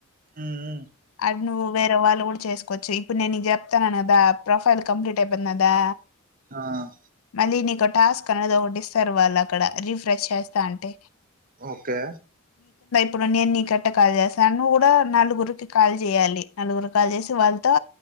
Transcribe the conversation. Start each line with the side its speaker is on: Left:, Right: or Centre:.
Right: ఉమ్
Left: అది నువ్ వేరే వాళ్ళు కూడా చేసుకో చ్చు ఇప్పుడు నేను చెప్తాన్నాను కదా ప్రొఫైల్ కంప్లీట్ అయిపోయింది కదా
Right: ఆహ్
Left: మళ్ళీ టాస్క్ అనేది ఒకటి ఇస్తారు వాళ్ళు అక్కడ రిఫ్రెష్ చేస్తా ఉంటే
Right: ఓకే
Left: ఇప్పుడు నీకెత్త కాల్ చేస్తా నువ్వు కూడా నలుగురుకి కాల్ చేయాలి నలుగురు కాల్ చేసి వాళ్ళతో